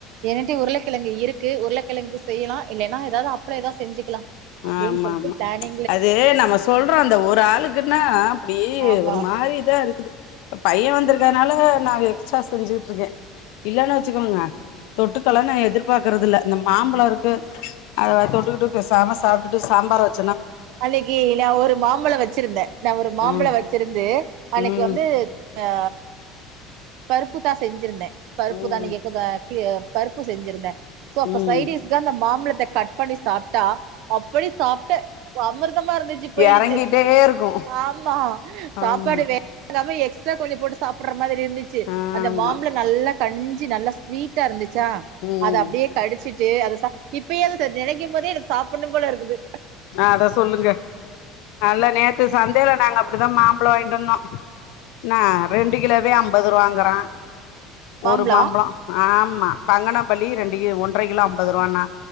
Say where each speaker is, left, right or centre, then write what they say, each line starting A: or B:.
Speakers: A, on the right; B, on the left.
A: ஏன்ட்டயு உருளக்கெழங்கு இருக்கு உருளக்கெழங்கு செய்யலா இல்லேனா ஏதாது அப்பளே ஏதா செஞ்சிக்கலா அப்டின்
B: ஆமா
A: சொல்ட்டு
B: ஆமா
A: பிளானே
B: அது நம்ம சொல்றோ அந்த ஒரு ஆளுக்குனா அப்டீ
A: ஆமா
B: ஒரு மாரிதா இருக்குது இப்ப பைய வந்திருக்கனால நாங்க எக்ஸ்ட்ரா செஞ்சுகிட்ருக்கே இல்லன்னா வச்சுக்கோங்க தொட்டுக்கலா நா எதிர்பாக்கிறதுல்ல இந்த மாம்பழ இருக்கு அத தொட்டுக்கிட்டு பேசாம சா சாப்டுட்டு சாம்பார வச்
A: அன்னைக்கி நா ஒரு மாம்பழ வச்சிருந்தே நா ஒரு மாம்பழ
B: ம்
A: வச்சிருந்து அன்னைக்கு
B: ம்
A: வந்து ஆ பருப்புத்தா செஞ்சிருந்தே பருப்பு
B: ம்
A: தா நீங்கப பி பருப்பு செஞ்சிருந்தே சோ அப்ப
B: ம்
A: சைடிஸ்க்கு அந்த மாபழத்த கட் பண்ணி சாப்ட்டா அப்டி சாப்டே அமிர்த மா இருந்துச்சு போயிடுச்சு
B: எறங்கிட்டே இருக்கு
A: ஆமா சாப்பாடு
B: ஆமா
A: வே கமா எக்ஸ்ட்ரா கொஞ்ச போட்டு சா சாப்ட்ற மாதிரி இருந்துச்சு
B: ஆமா
A: அந்த மாம்பழ நல்லா கனிஞ்சு நல்லா ஸ்வீட்டா இருந்துச் சா
B: ம்
A: அத அப்டியே கடிச்சிட்டு அத சா இப்பயே அத சார் நெனைக்கும் போதே எனக்கு சாப்புட்ணும் போல இருக்குது
B: அத சொல்லுங்க நல்லா நேத்து சந்தைல நாங்க அப்டிதா மாம்பழ வாங்கிட்டு வந்தோ நா ரெண்டு கிலோவே அம்பது ரூவாங்கறா
A: மாம்பழோ
B: ஒரு மாம்பழ ஆம் மா பங்கணப்பள்ளி ரெண்டு கி ஒன்ற கிலோ அம்பது ரூவான்னா